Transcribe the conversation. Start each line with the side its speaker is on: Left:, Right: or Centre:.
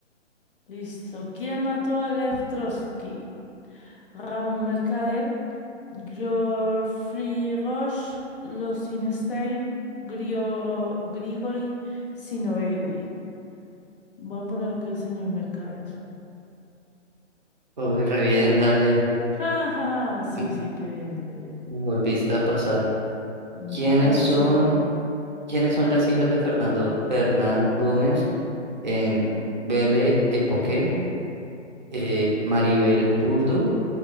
Left: Listo. ¿Quién mató a Lev Trotsky? Ramón Mercader, Geoffrey Roche, Losinstein, Grio- Grigori Sinovevich. Voy a poner que el señor Mercader. <laughs>
Right: Uy, re bien, dale.
Left: Ja, ja, ja. Sí,
Right: M-
Left: sí, qué bien, qué bien.
Right: Me volviste a pasar.
Left: Mm,
Right: ¿Quiénes
Left: Ay,
Right: son?
Left: sí, por...
Right: ¿Quiénes son las hijas de Fernando Fernán Gómez en Belle Époque? Eh, Maribel Burdu,